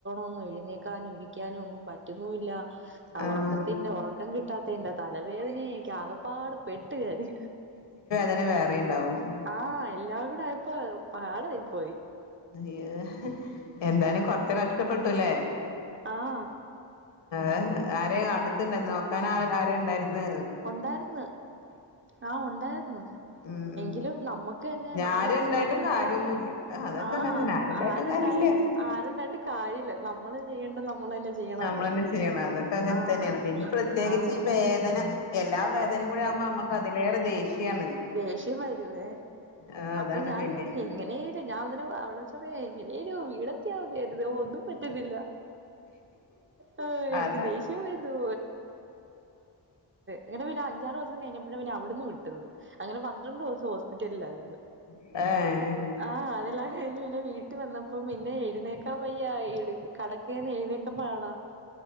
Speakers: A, on the right; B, on the left.
A: ഒന്നും എഴുന്നേക്കാനും ഇരിക്കാനും ഒന്നും പറ്റുന്നൂല്ല അവ്
B: ആഹ്
A: ഒറക്കത്തിന്റ ഒറക്കം കിട്ടാത്തെന്റ തലവേദനയെക്ക ആക പ്പാട്പെട്ട് ഞാന്
B: അത് വേറീണ്ടാവും
A: ആ എല്ലാംകൂടെ ആയപ്പോ പാടായിപോയി
B: അയ്യോ എന്തായാലും കൊർച്ച് കഷ്ട്ടപ്പെട്ടൂ ല്ലേ
A: ആഹ്
B: ആഹ് ആരെ അട്ത്ണ്ടായ്ന്ന് നോക്കാനാരെണ്ടായിര്ന്ന്
A: ഒണ്ടായിര്ന്ന് ആ ഒണ്ടായിര്ന്നു
B: ഉം ഉം
A: എങ്കിലും നമ്മക്ക് തന്നെ നമ്മള്
B: ആരുണ്ടായിട്ടും
A: പാല് കൊടുക്കാനും
B: കാര്യമൊന്നുമില്ല അതൊക്കെ
A: ആഹ്
B: അങ്ങനെ തന്നെ ആരുണ്ടായിട്ടും
A: ആരുണ്ടായാലും
B: കാര്യമില്ല
A: ആരുണ്ടായിട്ട് കാര്യല്ല നമ്മള് ചെയ്യണ്ട നമ്മള് തന്നെ ചെയ്യണോല്ലോ
B: നമ്മളന്നെ ചെയ്യണം അതൊക്കെ അങ്ങനെ
A: ആഹ്
B: തന്നെയാണ് പിന്നെ പ്രത്യേകിച്ച്
A: ആഹ്
B: ഈ വേദന എല്ലാ വേദനയും കൂടി ആവുമ്പോ നമ്മക്ക് അതിലേറെ ദേഷ്യാണ്
A: ദേഷ്യം വരൂവേ
B: ആഹ് അതാണ്
A: അപ്പം ഞാന്
B: പിന്നെ
A: എങ്ങനെലും ഞാൻ അന്നേരം അവ്ടെ <unintelligible> എങ്ങനെലും വീടത്തിയാ മതിയായിരുന്നു ഒന്നും പറ്റുന്നില്ല ആ എനിക്ക്
B: അതാ
A: ദേഷ് <unintelligible> ആയിരുന്നു ഇങ്ങനെ പിന്നെ അഞ്ചാറ് ദിവസം കഴിഞ്ഞപ്പയാ പിന്നെ അവ്ട്ന്ന് വിട്ടത് അങ്ങനെ പന്ത്രണ്ട് ദിവസം ഹോസ്പിറ്റലിലായിരുന്നു
B: ഏഹ്
A: ആ അതെല്ലാം കഴിഞ് പിന്നെ വീട്ട് വന്നപ്പം പിന്നെ എഴുന്നേക്കാൻ വയ്യ ഇട് കടക്കെന്ന് എഴുന്നെക്കാ പാടാ